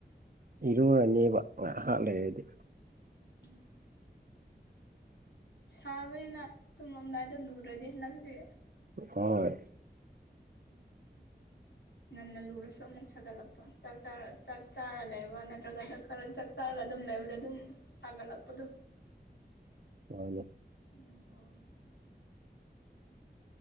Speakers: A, on the right (about 55°); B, on the left (about 80°).
A: ꯏꯔꯨꯔꯅꯤꯕ ꯉꯥꯏꯍꯥꯛ ꯂꯩꯔꯗꯤ
B: <inaudible> ꯁꯥꯕꯅꯤꯅ ꯇꯨꯝꯂꯝꯗꯥꯏꯗ ꯂꯨꯗꯔꯗꯤ ꯍꯟꯗꯛꯇꯤ
A: ꯍꯣꯏ
B: ꯉꯟꯅ ꯂꯨꯔꯁꯨ ꯑꯃꯨꯛ ꯁꯥꯒꯠꯂꯛꯄ ꯆꯥꯛ ꯆꯥꯔ ꯆꯥꯛ ꯆꯥꯔ ꯂꯩꯕ ꯅꯠꯇ꯭ꯔꯒ ꯗꯛ ꯈꯔ ꯆꯥꯛ ꯆꯥꯔꯒ ꯑꯗꯨꯝ ꯂꯩꯕꯗ ꯑꯗꯨꯝ ꯁꯒꯠ ꯂꯛꯄꯗꯣ
A: ꯃꯥꯅꯤ
B: ꯑꯗꯨꯝ ꯇꯧꯔꯦ